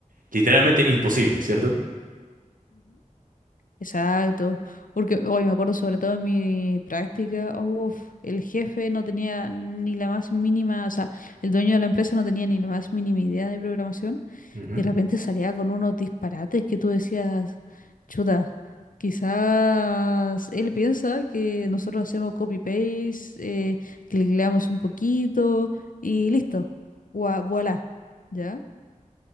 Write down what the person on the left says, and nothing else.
Exacto, porque hoy me acuerdo sobre todo en mi práctica, uf, el jefe no tenía ni la más mínima, o sea, el dueño de la empresa no tenía ni la más mínima idea de programación
y de repente salía con unos disparates que tú decías, chuta, quizás él piensa que nosotros hacemos copy-paste, eh, cliqueamos un poquito y listo, voila, ¿ya?